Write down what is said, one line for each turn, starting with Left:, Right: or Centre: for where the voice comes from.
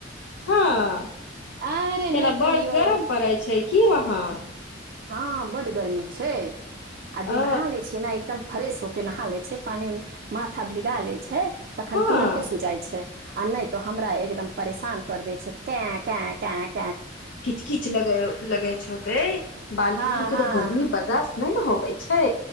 Left: हँ
Right: अरे
Left: केना
Right: नहि कहियौ
Left: बड गरम पड़ै छै की वाहाँ
Right: हँ बड गरमी छै आ जे
Left: अ
Right: नहा ले छै ने एकदम फ्रेश हो के नहा ले छै पानि उनी माथा भिगा ले छै तखन
Left: हँ
Right: तुरन्ते सुूजाइ छै आ नहि तो हमरा एकदम परेशान कर दै छै कै कै कै
Left: किच किच लगै लगै छोते बाल
Right: हँ
Left: बुतरू के
Right: हँ
Left: तऽ गर्मी बर्दाश्त नहि ने हो अबै छै